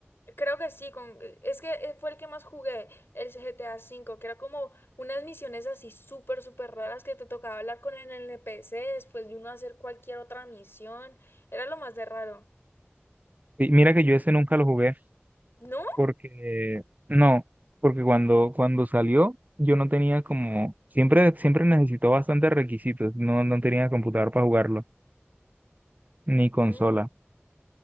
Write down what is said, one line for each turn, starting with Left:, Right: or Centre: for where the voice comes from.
Left: Creo que sí, con... es que eh, fue el que más jugué, el GTA V, que era como unas misiones así súper, súper raras que te tocaba hablar con el NPC después de uno hacer cualquier otra misión. Era lo más de raro.
Right: Y mira que yo ese nunca lo jugué
Left: ¿No?
Right: porque, no, porque cuando, cuando salió yo no tenía como, siempre, siempre necesitó bastantes requisitos, no, no tenía computador para jugarlo, ni consola.
Left: Mm,